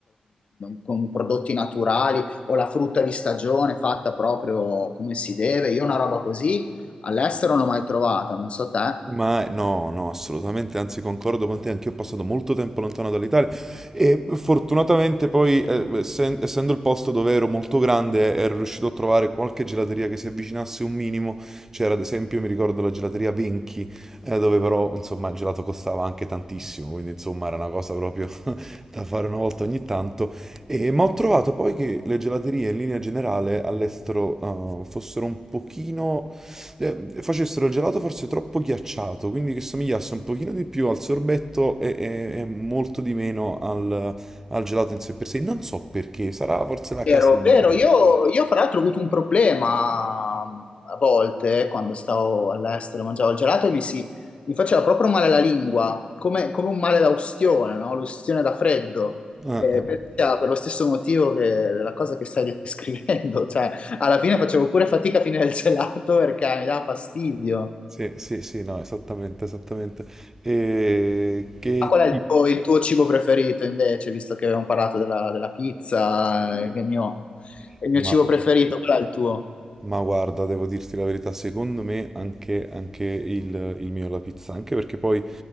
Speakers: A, on the left; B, on the right.
A: con prodotti naturali o la frutta di stagione fatta proprio come si deve. Io una roba così all'estero non l'ho mai trovata, non so te.
B: Ma no, no, assolutamente, anzi concordo con te, anch'io ho passato molto tempo lontano dall'Italia e fortunatamente poi, eh, essen- essendo il posto dove ero molto grande, ero riuscito a trovare qualche gelateria che si avvicinasse un minimo, c'era ad esempio, mi ricordo, la gelateria Venchi, eh, dove però, insomma, il gelato costava anche tantissimo, quindi insomma era una cosa proprio <laughs> da fare una volta ogni tanto e- ma ho trovato poi che le gelaterie in linea generale all'estero eh, fossero un pochino... eh, facessero il gelato forse troppo ghiacciato, quindi che somigliasse un pochino di più al sorbetto e, e- e molto di meno al, al gelato in sé per sé. Non so perché, sarà forse la
A: Vero,
B: caseina.
A: vero. Io, io fra l'altro ho avuto un problema a volte quando stavo all'estero, mangiavo il gelato e mi, si, mi faceva proprio male la lingua, come, come un male da ustione, no? L'ustione da freddo.
B: Ah,
A: Eh,
B: ah,
A: per,
B: ah.
A: sia per lo stesso motivo che la cosa che stai descrivendo, <laughs> cioè alla fine facevo pure fatica a finire il gelato perché mi dava fastidio.
B: sì, sì, sì, no, esattamente, esattamente. E che
A: Ma qual è il tuo, il tuo cibo preferito invece, visto che abbiamo parlato della, della pizza, eh, che è il mio,
B: tipo?
A: è il mio cibo preferito, qual è il tuo?
B: Ma guarda, devo dirti la verità, secondo me anche, anche il, il mio alla pizza, anche perché poi